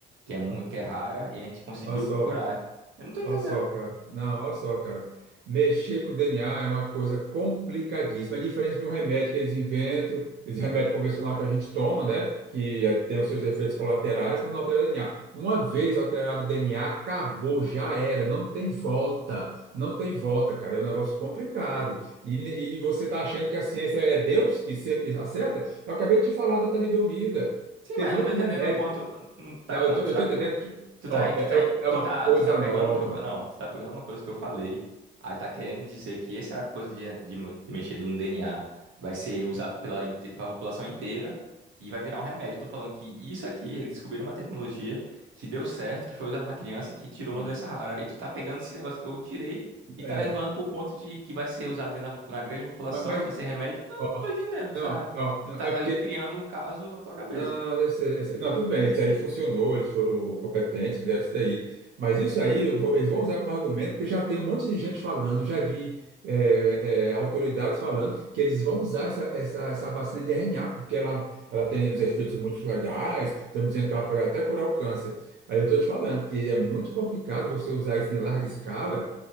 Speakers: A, on the right; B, on the right.
A: que é, mu-
B: Ó, ó,
A: que é rara e a gente conseguiu
B: ó só.
A: curar. Eu não tô
B: Olha
A: entendendo.
B: só, cara. Não, olha só, cara. Mexer com o DNA é uma coisa complicadíssima. É diferente de um remédio que eles inventam, esse remédio convencional que a gente toma, né? Que eh, tem os seus efeitos colaterais, mas não altera o DNA. Uma vez alterado o DNA, acabou, já era, não tem volta. Não tem volta, cara. É um negócio complicado. E, ne- e você tá achando que a ciência é Deus que sempre acerta? Eu acabei de te falar da talidomida.
A: Sim,
B: Teve
A: mas eu
B: outro
A: não tô entendendo
B: remédio.
A: o ponto. Não tá,
B: Não,
A: com-
B: eu tô,
A: tu
B: eu
A: tá,
B: tô
A: com-
B: entendendo que,
A: tu tá,
B: ó,
A: em- tu
B: é
A: tá,
B: é-
A: em-
B: é
A: tu
B: uma
A: tá,
B: coisa
A: tu tá pegando
B: nova.
A: o que eu falei. Não, tu tá pegando uma coisa que eu falei. Aí tá querendo dizer que essa coisa de, de, mo- de mexer no DNA vai ser usado pela, inte- pela população inteira e vai virar um remédio. Eu Tô falando que isso aqui, eles descobriram uma tecnologia que deu certo, que foi usada numa criança que tirou uma
B: Isso.
A: doença rara. E tu tá pegando esse negócio que eu tirei e
B: É,
A: tá levando pro ponto de que vai ser usado na, na grande população,
B: ma- mas,
A: que vai ser remédio. Não,
B: ó,
A: não tô entendendo. Tu
B: não,
A: tá,
B: ó,
A: tu
B: não,
A: tá
B: é porque,
A: criando um caso na tua cabeça.
B: não, esse, esse- não, tudo bem, isso aí funcionou, eles foram competentes, fizeram isso daí. Mas isso aí, eu vou- eles vão usar como argumento, porque já tem um monte de gente falando, já vi é, é, autoridades falando que eles vão usar essa, essa, essa vacina de RNA, porque ela, ela tem os efeitos muito legais, estão dizendo que ela pode até curar o câncer. Aí eu estou te falando que é muito complicado você usar isso em larga escala,